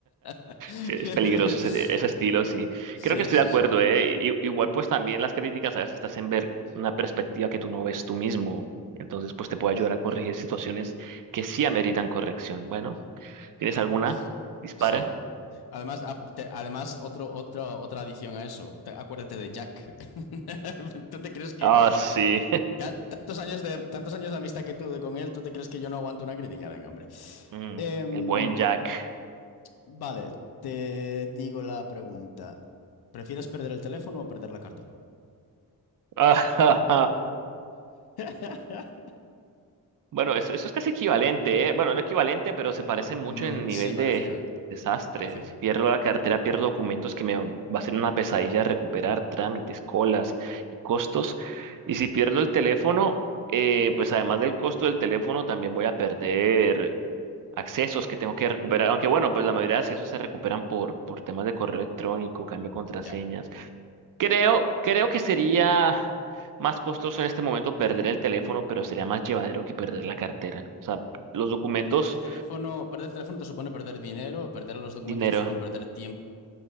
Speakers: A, on the left; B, on the right.
A: <laughs>
B: Sí, es peligroso ese, ese estilo, sí.
A: Sí,
B: Creo que estoy
A: sí,
B: de acuerdo,
A: sí,
B: ¿eh? I- igual pues también las críticas a veces te hacen ver una perspectiva que tú no ves tú mismo. Entonces, pues te puede ayudar a corregir situaciones que sí ameritan corrección. Bueno, ¿tienes alguna?
A: sí.
B: Dispara.
A: Sí. Además, a- te- además otro, otro, otra adición a eso. Te- acuérdate de Jack. <laughs> ¿Tú te crees que
B: Ah, sí.
A: Tan- Tantos años de, tantos años de amistad que tuve con él, ¿tú te crees que yo no aguanto una crítica? Venga, hombre.
B: Mm,
A: Em,
B: el buen Jack.
A: vale, te digo la pregunta. ¿Prefieres perder el teléfono o perder la cartera?
B: <laughs>
A: <laughs>
B: Bueno, eso, eso es casi equivalente, ¿eh? Bueno, no equivalente, pero se parece mucho
A: Mm,
B: en nivel
A: sí, parecido,
B: de desastre.
A: parecido.
B: Si pierdo la cartera, pierdo documentos que me va a ser una pesadilla recuperar, trámites, colas y costos. Y si pierdo el teléfono, eh, pues además del costo del teléfono, también voy a perder accesos que tengo que recuperar. Aunque bueno, pues la mayoría de accesos se recuperan por, por temas de correo electrónico, cambio de contraseña,
A: Ya.
B: Creo, creo que sería más costoso en este momento perder el teléfono, pero sería más llevadero que perder la cartera. O sea, los documentos,
A: Perder el teléfono, perder el teléfono te supone perder dinero, perder los documentos
B: dinero,
A: te supone perder tiempo